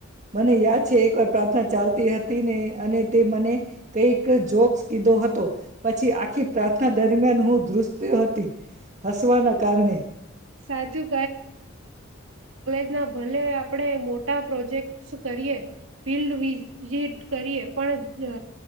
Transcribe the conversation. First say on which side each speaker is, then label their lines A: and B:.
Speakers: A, on the right; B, on the right.
A: મને યાદ છે એકવાર પ્રાપ્ત તા ચાલતી હતી ને અને તે મને કઈક જોક્સ કીધો હતો. પછી આખી પ્રાર્થના દરમિયાન હું ધ્રુસતી હતી હસવાના કારણે.
B: સાચું ના ભલે આપણે મોટા પ્રોજેક્ટજ કરીએ ફિલ્ડ વિઝિટ કરીએ. પણ જ